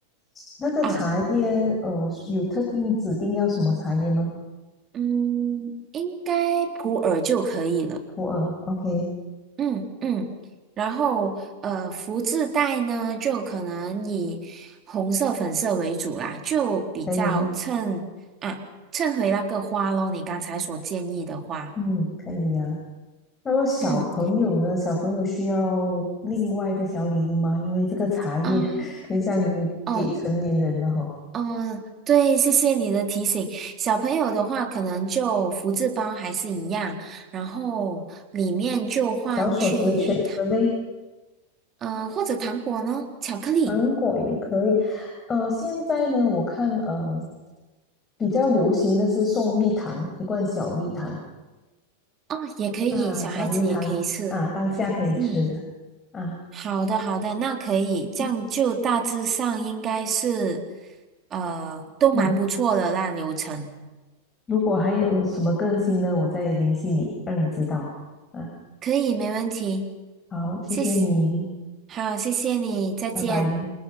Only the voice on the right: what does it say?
啊，嗯，应该普洱就可以了。
嗯嗯，然后呃，福字袋呢，就可能以红色、粉色为主啦，就比较衬啊，
衬回那个花咯，你刚才所建议的花。
嗯
啊，
哦哦，对，谢谢你的提醒。小朋友的话，可能就福字包还是一样，然后里面就换去，
嗯、或者糖果呢，巧克力
哦，也可以，
小孩子也可以吃。
嗯。
好的，好的，那可以，这样就大致上应该是，
呃，都蛮不错的那流程
可以，没问题，
谢谢，好，谢谢你，再见。